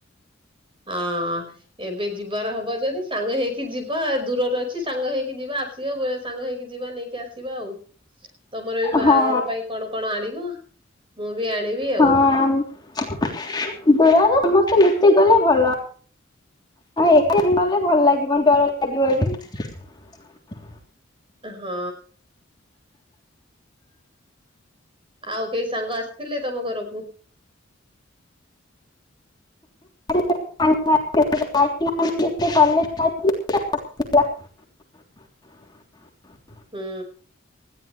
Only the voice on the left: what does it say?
ହଁ
ହଁ ଆ ଦୁର ରେ ସମସ୍ତେ ମିଶିକି ଗଲେ ଭଲ। ଏକା ବି ଗଲେ ଭଲ ଲାଗିବନି ଡର ଲାଗିବ ବେଶୀ।
<unintelligible> <inaudible>